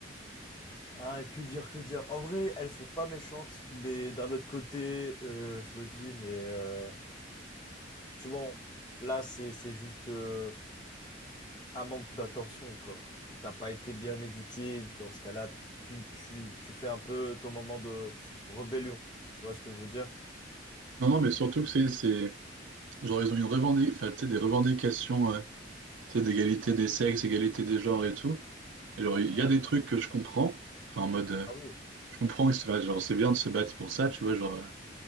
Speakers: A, on the left; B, on the right.
A: Ah, que dire, que dire. En vrai, elles sont pas méchantes, mais d'un autre côté, euh, je me dis, mais euh, tu vois, on- là, c'est c'est juste. euh, un manque d'attention, quoi. T'as pas été bien éduqué, dans ce cas-là, tu, tu, tu fais un peu ton moment de rébellion. Tu vois ce que je veux dire?
B: Non, non, mais surtout que c'est, c'est, genre, ils ont une revendic... enfin, tu sais, des revendications, euh, tu sais, d'égalité des sexes, égalité des genres et tout. Et genre, il
A: Ouais.
B: y a des trucs que je comprends, enfin, en mode, euh,
A: Ah oui.
B: je comprends, que c'est- enfin, genre, c'est bien de se battre pour ça, tu vois, genre, euh,